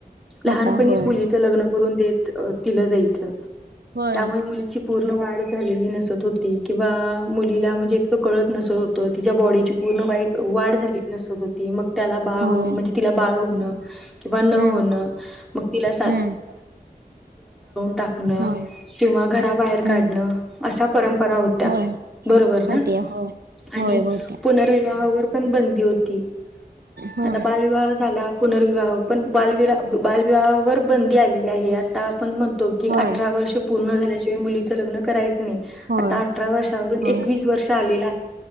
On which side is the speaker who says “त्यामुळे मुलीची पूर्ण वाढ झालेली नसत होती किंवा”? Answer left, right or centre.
Centre